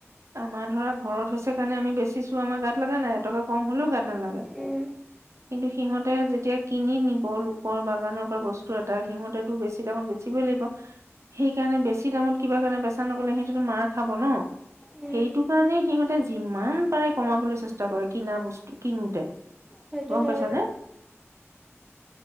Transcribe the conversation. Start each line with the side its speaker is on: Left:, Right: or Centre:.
Right: আমাৰ ধৰা ঘৰত হৈছে কাৰণে আমি বেচিছো আমাৰ গাত লগা নাই। এটকা কম হলেও গাত নালাগে।
Centre: উম,
Right: কিন্তু সিহতে যে কিনি নিব লোকৰ বাগানৰ পৰা বস্তু এটা সিহঁতেটো বেছি দামত বেচিবই লাগিব। সেইকাৰণে বেছি দামত কিবা কাৰণে বেচা নগ'লে সিহতেতো মাৰ খাব ন!
Centre: উম,
Right: সেইটো কাৰণে সিহঁতে যিমান পাৰে কমাবলৈ চেষ্টা কৰে কিনা বস্তু। কিনোতে।
Centre: সেইটো
Right: গম
Centre: হয়।
Right: পাইছা নে?